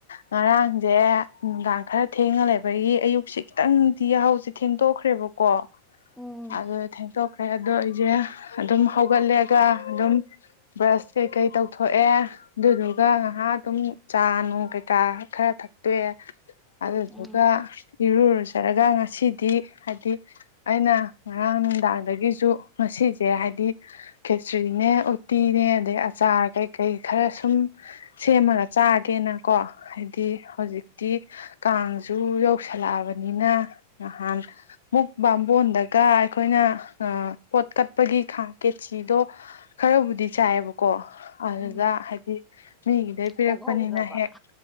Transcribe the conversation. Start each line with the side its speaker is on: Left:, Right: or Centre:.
Left: ꯉꯔꯥꯡꯖꯦ ꯅꯨꯡꯗꯥꯡ ꯈꯔ ꯊꯦꯡꯅ ꯂꯩꯕꯒꯤ ꯑꯌꯨꯛꯁꯤ ꯈꯤꯇꯪꯗꯤ ꯌꯥꯍꯧꯁꯦ ꯊꯦꯡꯇꯣꯛꯈ꯭ꯔꯦꯕ ꯀꯣ
Centre: ꯎꯝ
Left: ꯑꯗꯨꯗ ꯊꯦꯡꯇꯣꯛꯈ꯭ꯔꯦ ꯑꯗꯣ ꯑꯩꯖꯦ ꯑꯗꯨꯝ ꯍꯧꯒꯠꯂꯦꯒ ꯑꯗꯨꯝ ꯕ꯭ꯔꯁ ꯀꯩꯀꯩ ꯇꯧꯊꯣꯛꯑꯦ ꯑꯗꯨꯗꯨꯒ ꯉꯥꯍꯥꯛ ꯑꯗꯨꯝ ꯆꯥ ꯅꯨꯡ ꯀꯩꯀꯥ ꯈꯔ ꯊꯛꯇꯣꯛꯑꯦ ꯑꯗꯨꯗꯨꯒ
Centre: ꯎꯝ
Left: ꯏꯔꯨꯔꯨꯖꯔꯒ ꯉꯁꯤꯗꯤ ꯍꯥꯏꯗꯤ ꯑꯩꯅ ꯉꯔꯥꯡ ꯅꯨꯡꯗꯥꯡꯗꯒꯤꯁꯨ ꯉꯁꯤ ꯇꯦ ꯍꯥꯏꯗꯤ ꯈꯦꯆ꯭ꯔꯤꯅꯦ ꯎꯇꯤꯅꯦ ꯑꯗꯩ ꯑꯆꯥꯔ ꯀꯩꯀꯩ ꯈꯔ ꯁꯨꯝ ꯁꯦꯝꯃꯒ ꯆꯥꯒꯦꯅꯀꯣ ꯍꯥꯏꯗꯤ ꯍꯧꯖꯤꯛꯇꯤ ꯀꯥꯡꯖꯨ ꯌꯧꯁꯜꯂꯛꯑꯕꯅꯤꯅ ꯅꯍꯥꯟ ꯃꯨꯛ ꯕꯥꯝꯕꯣꯟꯗꯒ ꯑꯩꯈꯣꯏꯅ ꯑ ꯄꯣꯠ ꯀꯠꯄꯒꯤ ꯈꯥꯡ ꯀꯦꯆꯤꯗꯣ ꯈꯔꯕꯨꯗꯤ ꯆꯥꯏꯑꯦꯕꯀꯣ ꯑꯗꯨꯗ
Centre: ꯎꯝ
Left: ꯍꯥꯏꯗꯤ ꯃꯤꯒꯤꯗꯩ ꯄꯤꯔꯛꯄꯅꯤꯅ
Centre: ꯑꯣꯛꯍꯧꯗ꯭ꯔꯕ
Left: ꯍꯦꯛ